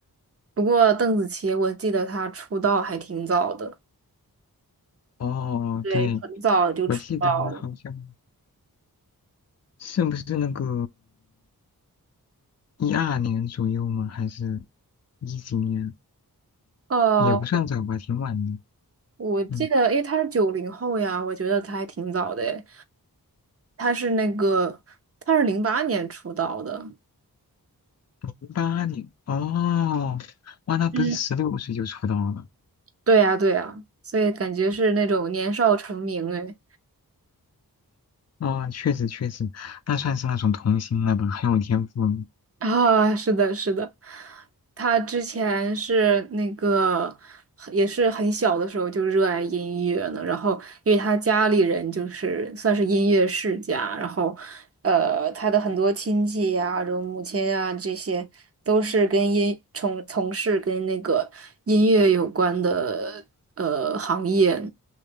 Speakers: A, on the right; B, on the left.
A: 不过邓紫棋，我记得她出道还挺早的，
B: 哦，
A: 对，
B: 对，
A: 很早就出道了。
B: 我记得好像是不是那个？一二年左右吗？还是一几年？
A: 呃，
B: 也不算早吧，挺晚的。
A: 我记得，
B: 嗯，
A: 因为她是九零后呀，我觉得她还挺早的诶。她是那个，她是零八年出道的。
B: 零八年。哦，哇，那不是十六岁就出道了？
A: 嗯，对呀，对呀，所以感觉是那种年少成名哎。
B: 哦，确实确实，那算是那种童星了吧，很有天赋了
A: <laughs> 啊，是的，是的，他之前是那个，也是很小的时候就热爱音乐呢。然后，因为他家里人就是算是音乐世家，然后，呃，他的很多亲戚呀、然后母亲呀、这些都是跟音从从事跟那个音乐有关的呃行业。